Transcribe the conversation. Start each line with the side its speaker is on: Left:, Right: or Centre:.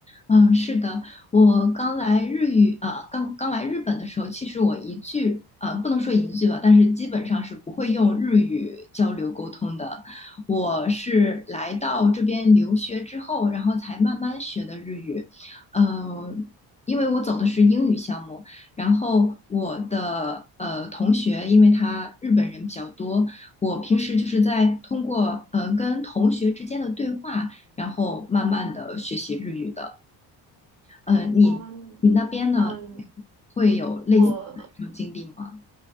Left: 嗯，是的，我刚来日语，呃，刚刚来日本的时候，其实我一句，呃，不能说一句吧，但是基本上是不会用日语交流沟通的。我是来到这边留学之后，然后才慢慢学的日语，呃，因为我走的是英语项目，然后我的呃同学，因为他日本人比较多，我平时就是在通过呃跟同学之间的对话，然后慢慢的学习日语的。呃，你你那边呢
Right: 嗯嗯，
Left: 会有类似的这种经历吗？
Right: 我